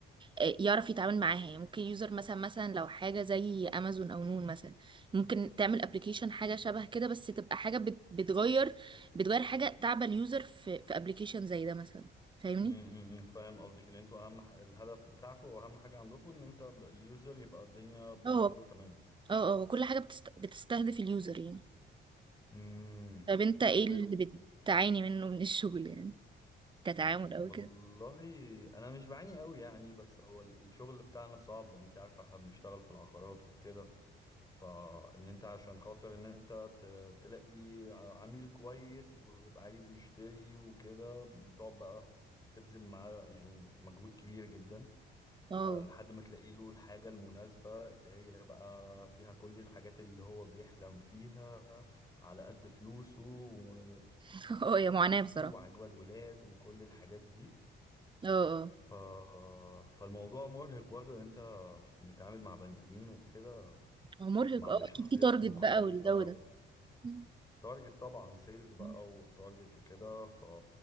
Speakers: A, on the right; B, on the left.
A: آه، يعرف يتعامل معاها يعني ممكن اليوزر مثلا مثلا لو حاجة زي امازون او نون مثلا ممكن تعمل ابلكيشن حاجة شبه كده بس تبقى حاجة بت- بتغير بتغير حاجة تعبى اليوزر في في ابلكيشن زي ده مثلا فاهمني؟
B: امم فاهم قصدك ان انتوا اهم ح- الهدف بتاعكم واهم حاجة عندكم ان انت ال- اليوزر يبقى الدنيا بالنسبة
A: اه
B: له تمام
A: اه اه كل حاجة بتست... بتستهدف اليوزر يعني
B: امم
A: طب انت ايه
B: و...
A: اللي بتعاني منه من الشغل يعني كتعامل او
B: والله
A: كده
B: انا مش بعاني قوي يعني بس هو ال- الشغل بتاعنا صعب انت عارفة احنا بنشتغل في العقارات وكده فان انت عشان خاطر ان انت ت- تلاقي ع- عميل كويس ويبقى عايز يشتري وكده بتقعد بقى تبذل معاه يعني مجهود كبير جدا
A: اه
B: آه، لحد ما تلاقي له الحاجة المناسبة اللي هي بقى فيها كل الحاجات اللي هو بيحلم فيها على قد فلوسه و-
A: <laughs> اه يا معاناة بصراحة
B: وعجبة الولاد وكل الحاجات دي
A: اه اه
B: ف... فالموضوع مرهق برضه ان انت بنتعامل مع بني ادمين وكده
A: هو مرهق
B: مع
A: اه
B: بشخصيات
A: اكيد في تارجت
B: مختلفة
A: بقى والجو ده مم.
B: تارجت طبعا سيلز بقى
A: مم.
B: وتارجت وكده ف